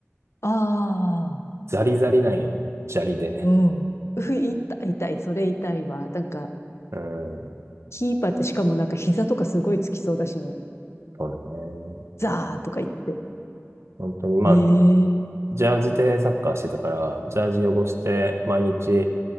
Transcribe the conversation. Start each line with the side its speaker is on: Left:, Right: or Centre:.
Left: ああ、
Right: ザリザリなんよ。砂利で。
Left: うん。ふ、痛い、痛い、それ痛いわ。なんか、
Right: うん、
Left: キーパーってしかもなんか膝とかすごいつきそうだしね。
Right: そうだね。
Left: ザーとか言って。
Right: 本当に、まあ、
Left: ええ
Right: ジャージでサッカーしてたから、ジャージ汚して、毎日、